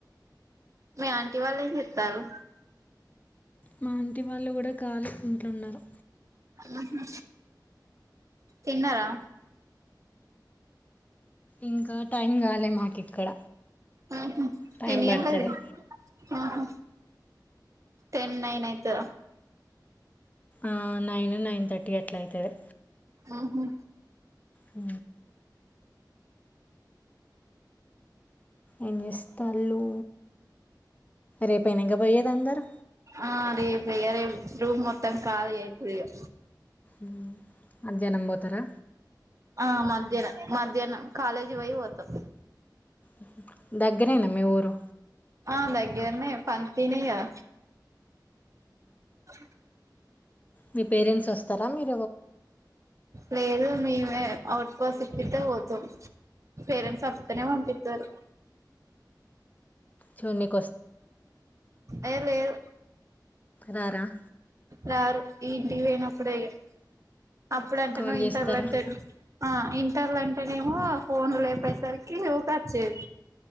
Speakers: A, on the right; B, on the left.
A: మీ ఆంటీ వాళ్ళు ఏం చేతళ్లు
B: మా ఆంటి వాళ్ళు గూడా కాలే ఇంట్లున్నరు,
A: ఉహు తిన్నరా
B: ఇంకా టైం కాలే మాకు ఇక్కడ
A: ఊహు
B: టైం
A: ఎన్ని గంట్లది
B: పడుతుంది
A: ఉహు టెన్ నైన్ అయితద
B: ఆ నైన్ నైన్ థర్టీ అట్ల అయితది.
A: ఊహు
B: ఊ ఏం చేస్తలు రేపే నా ఇంగా పోయేది అందరు
A: ఆ రేపే ఇగ రేపు రూమ్ మొత్తం ఖాళీ అయితది ఇగా
B: ఊ మధ్యాహ్నం పోతరా
A: ఆ మధ్యాహ్నం మధ్యాహ్నం కాలేజ్ పోయి పోతాం,
B: ఊ దగ్గరేనా మీ ఊరు
A: ఆ దగ్గర్నె పంతినే కాదా <unintelligible>
B: మీ పేరెంట్స్ వస్తరా మీర్
A: లేదు మేమే అవుబస్ ఎక్కితే పోతం, పేరెట్స్ వాతనే పంపిత్తరు,
B: చున్నీక్
A: ఏ లేదు
B: రారా
A: రారు ఇంటి పోయినప్పుడే ఇగా అప్పుడు అంటే
B: కాల్
A: నో ఇంటర్
B: చేస్తారా
A: లా టెన్ ఆ ఇంటర్లు అంటేనేమో ఫోన్ లేపేసరికి ఊకోచ్చేది.